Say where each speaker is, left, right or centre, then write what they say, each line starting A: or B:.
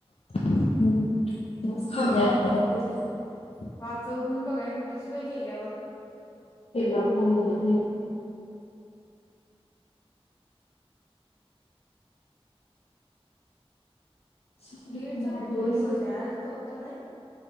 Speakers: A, on the left; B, on the left.
A: <inaudible>
B: वा चव घेऊन बघाय नव्हतीस वय केल्यावर
A: <unintelligible> बोल
B: डेट चा कितीवा दिवस आहे आज चौथा काय